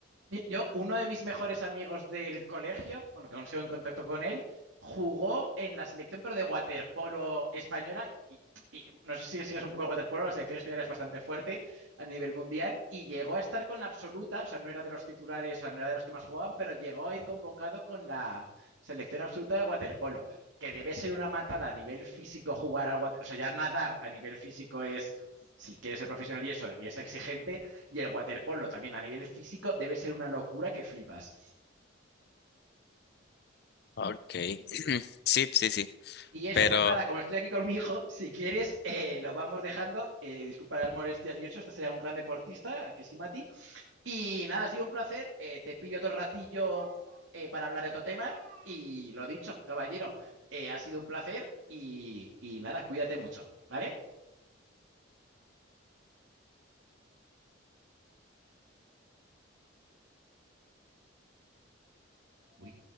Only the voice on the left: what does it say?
Ok, <clears throat> sí, sí, sí,
pero